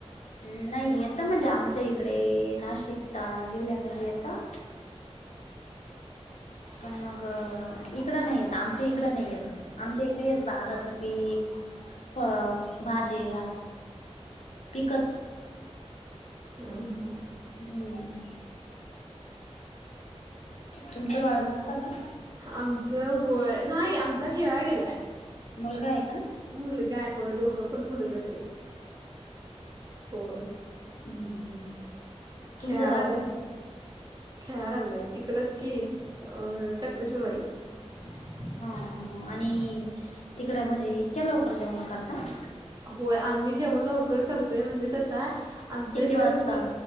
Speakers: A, on the left (about 80°); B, on the right (about 35°).
A: हम्म... नाई... येतं म्हणजे आमच्या इकडं, नाशिक... ता.. जिल्ह्यामध्ये येतं. पण मग, इकडं नई येत, आमच्या इकडं नई येत. आमच्या इकडं हेच... बागाचं पीक, फळ... भाज्या पिकच
B: हं... हं.
A: हम्म... तुमचं, बाळ झोपतं का?
B: आमचं होय... नाई... आमचा खेळाय गेलाय
A: मुलगा ए का?
B: मुलगा ए... होय, दोघं पण मुलगंच ए... होय.
A: हम्म... हम्म.
B: खेळायला
A: तुमचं गाव
B: आल्यात...
A: कि
B: खेळाय लागल्यात. इकडंच की... अ... चक्रशुरवाडी.
A: हं... हं... हं... आणि, तिकडं म्हणजे इतक्या लवकर जेवणं करतात?
B: होय... आम्ही जेवण लवकर करतोय, म्हणजे कसंय आमच्या
A: किती
B: इकडं
A: वाजता
B: म्हणजे